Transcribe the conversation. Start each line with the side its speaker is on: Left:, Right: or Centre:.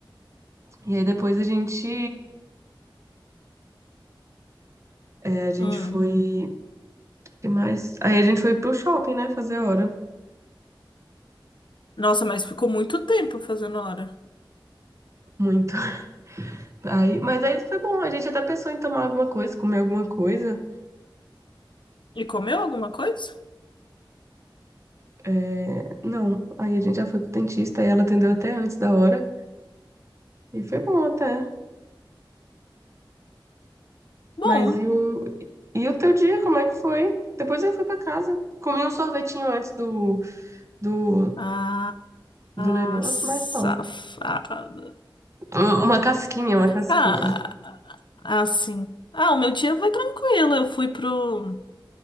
Right: e aí depois a gente, é, a gente
Left: Hum.
Right: foi, que mais? Aí a gente foi pro shopping, né, fazer hora.
Left: Nossa, mas ficou muito tempo fazendo hora.
Right: Muito. <laughs> Aí, mas aí foi bom, a gente até pensou em tomar alguma coisa, comer alguma coisa.
Left: E comeu alguma coisa?
Right: É, não, aí a gente já foi pro dentista e ela atendeu até antes da hora. E foi bom até.
Left: Bom.
Right: Mas e o, e o teu dia, como é que foi? Depois eu fui pra casa. Comi um sorvetinho antes do, do,
Left: Ah,
Right: do
Left: ah,
Right: negócio,
Left: safada.
Right: mas só. Um- Uma casquinha, uma casquinha.
Left: Ah, assim. Ah, o meu dia foi tranquilo. Eu fui pro.